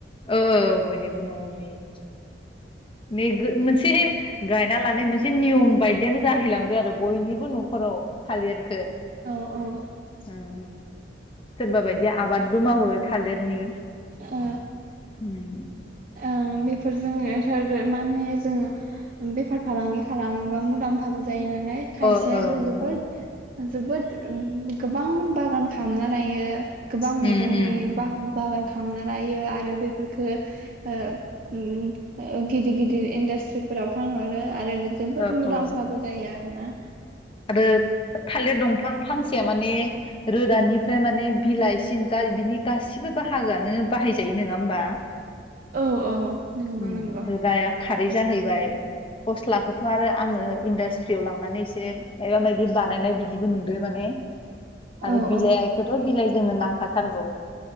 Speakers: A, on the left (about 30°); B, on the right (about 50°).
A: औ बयनिबो न'आव नुयो। मेगो मोनसे गायना लानाय मोनसे नियम बायदियानो जाहैलांबाय आरो बयनिबो न'खराव थालिरखो
B: औ औ
A: ओङ सोरबा बायदिआ आबादबो मावो थालिरनि
B: ओ
A: उम
B: ओं बेफोर जोङो बेफार फालांगि खालामोबा मुलाम्फाबो जा जायो नालाय खायसेया
A: अ ओ
B: थ
A: मुलाम
B: जोबोद जोबोद ओम गोबां बागान खालामना लायो। गोबां
A: उम
B: मैगंनि
A: उम
B: बा-बागान खामना लायो आरो बेफोरफोरखो ओ ओम गिदिर गिदिर इन्डासट्रिफोराव फानहरो आरो जोबोद
A: औ
B: मुलाम्फाबो
A: औ
B: जायो आरोना
A: आरो थालिर दंफां फांसेया माने रोदानिफ्राय माने बिलाइसिम बिनि गाससिबो बाहागोआनो बाहायजायो नङा होमबा
B: औ औ नंगौ
A: उम
B: नंगौ
A: रोदाया खारै जाहैबाय फस्लाखौथ' आरो आङो इन्डास्ट्रियाव लांनानै एसे मायबा मायदि बानायनाय बिदिबो नुदों माने आरो
B: औ
A: बिलाइखौथ'
B: औ
A: बिलाइ जोंनो नांखाथारगौ